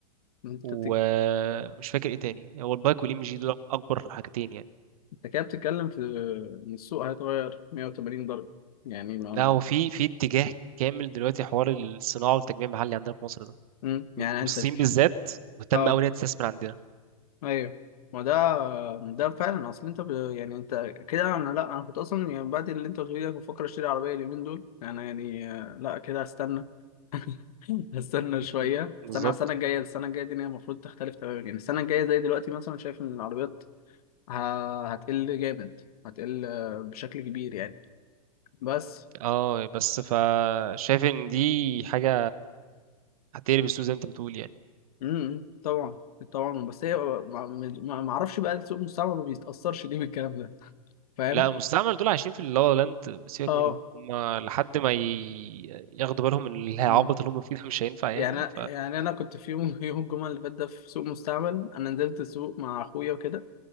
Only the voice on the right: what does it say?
ومش
فاكر ايه تاني هو البايك والام جي دول اكبر حاجتين يعني
لا
هو في في اتجاه كامل دلوقتي حوار الصناعه والتجميع المحلي عندنا في مصر ده
والصين
بالذات مهتمه
قوي ان هي تستثمر عندنا
مم. بالظبط
اه بس فشايف ان دي حاجه هتقلب السوق زي ما انت بتقول يعني
لا المستعمل دول عايشين في اللا لا لاند سيبك
منهم هم لحد ما ي... ياخدوا بالهم ان العبط
اللي هم فيه ده مش هينفع يعني